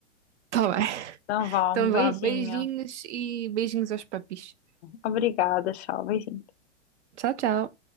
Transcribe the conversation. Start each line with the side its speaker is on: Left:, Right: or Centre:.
Right: Tá bem.
Left: Então vá,
Right: Então
Left: um beijinho.
Right: vá. Beijinhos e beijinhos aos papis.
Left: Obrigada, tchau, beijinho.
Right: Tchau, tchau.